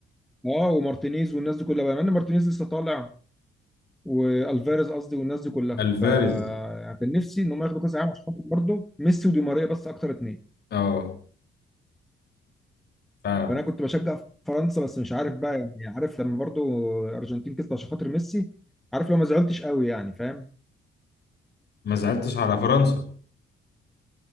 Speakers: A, in the centre; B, on the left.
A: اه ومارتينيز والناس دي كلها بما ان مارتينيز لسه طالع والفاريز قصدي والناس دي كلها
B: الفاريز
A: ف يعني كان نفسي ان هم ياخدوا كاس العالم عشان خاطر برضه ميسي ودي ماريا بس اكتر اتنين
B: اه فعلا
A: فانا كنت بشجع فرنسا بس مش عارف بقى يعني عارف لما برضه الارجنتين كسبت عشان خاطر ميسي عارف لو ما زعلتش قوي يعني فاهم
B: ما زعلتش على فرنسا